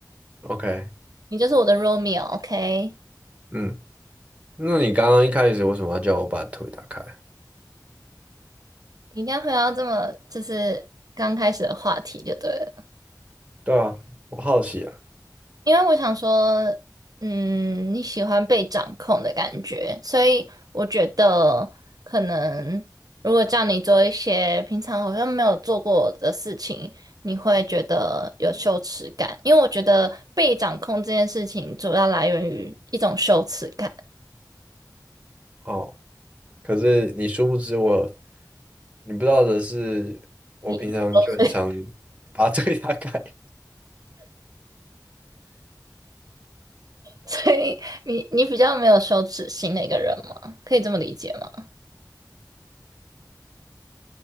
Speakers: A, on the right; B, on the right.
A: OK，
B: 你就是我的 Romeo，OK？
A: 嗯，那你刚刚一开始为什么要叫我把腿打开？
B: 你一定要回到这么就是刚开始的话题就对了，
A: 对啊，我好奇啊，
B: 因为我想说，嗯，你喜欢被掌控的感觉，所以我觉得可能如果叫你做一些平常好像没有做过的事情，你会觉得有羞耻感，因为我觉得被掌控这件事情主要来源于一种羞耻感。
A: 哦，可是你殊不知我，你不知道的是，我平常就很常
B: 你 <laughs> 所以
A: 把这个大改。<laughs>
B: 所以你你比较没有羞耻心的一个人吗？可以这么理解吗？